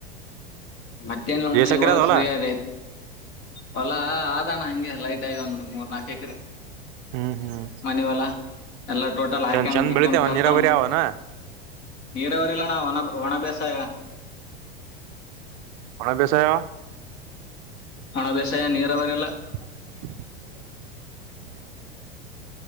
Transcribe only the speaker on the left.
ಮತ್ತೆ ನ್ ನೋಡಣ
ಇವಾಗ
ಫ್ರೀ ಅದೈತ್ ಹೊಲಾ ಆದಣ್ಣ ಹಂಗೆ ಲೈಟ್ ಐ ಒಂದು ಮೂರ್ ನಾಕ್ ಎಕ್ರೆ
ಮನವಲಾ ಎಲ್ಲಾ ಟೋಟಲ್ ಆಯ್ಕೊಂಡ್ಕೊಂಡ್
ಕಲ್ತವ
ನೀರ ಅವರಿಲ್ಲಣ್ಣ ಒಣ ಒಣ ಬೇಸಾಯ
ಒಣ ಬೇಸಾಯ ನೀರವರಿಲ್ಲ